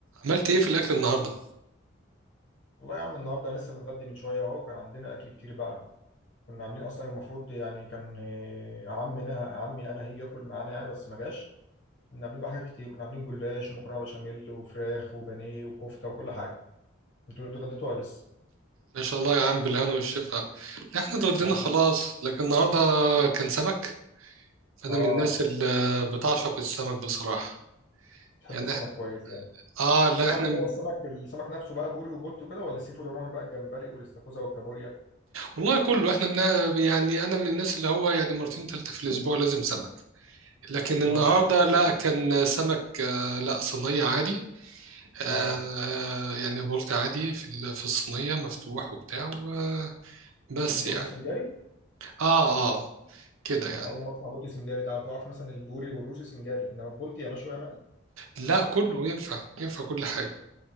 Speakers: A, on the right; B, on the left.
A: عملت ايه في الاكل النهارده
B: والله يا عم النهارده أنا لسه متغدي من شويه اهو كان عندنا اكل كتير بقى كنا عاملين اصلا المفروض يعني كان آه، عمنا عمي انا هيجي ياكل معانا يعني بس ما جاش كنا عاملين بقى حاجات كتير كنا عاملين جلاش ومكرونه بشاميل وفراخ وبانيه وكفته وكل حاجه انتوا اتغديتوا ولا لسه
A: ما شاء الله يا عم بالهنا والشفا لا احنا اتغدينا
B: حبيبي
A: خلاص لكن النهارده كان سمك فانا
B: اه
A: من الناس اللي بتعشق السمك بصراحه
B: تحب
A: يعني
B: السمك
A: إح-
B: كويس يعني
A: اه لا
B: السمك
A: احنا
B: اللي
A: م-
B: هو السمك السمك نفسه بقى بوري وبولتي وكده ولا السي فود عموما بقى الجمبري والاستاكوزا والكابوريا
A: والله كله احنا منا يعني انا من الناس اللي هو يعني مرتين ثلاثه في الاسبوع لازم سمك لكن النهارده
B: اه مش كتير
A: لا
B: كده
A: كان سمك آه لا صينيه عادي آه
B: اه
A: يعني بولت عادي في ال- في الصينيه مفتوح وبتاع و- بس
B: البولتي
A: يعني
B: سنجاري
A: اه اه كده يعني
B: انا اول مره اسمع بولتي سنجاري ده على طول اعرف مثلا البوري والروسي سنجاري انما البولتي يا مشوي
A: لا كله ينفع ينفع كل حاجه